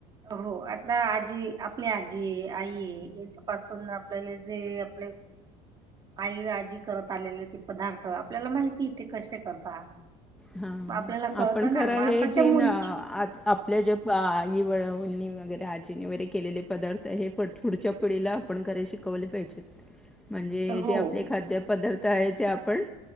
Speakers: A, on the right; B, in the centre.
A: हो. आता आजी आपली आजी आहे आई आहे यांच्यापासून आपल्याला जे आपले <inaudible> आई आजी करत आलेले ते पदार्थ, आपल्याला माहिती ते कसे करतात.
B: हा.
A: मग आपल्याला कळतं
B: आपण
A: ना
B: खरं
A: मग आताच्या
B: हे चेन
A: मुली
B: आपल्या ज्या आई, वहिणी, वगैरे आजीनी वगैरे केलेले पदार्थ हे प पुढच्या पिढीला आपण करायला शिकवले पाहिजेत.
A: <inaudible>
B: म्हणजे
A: हो
B: जे आपले खाद्यपदार्थ आहेत ते आपण,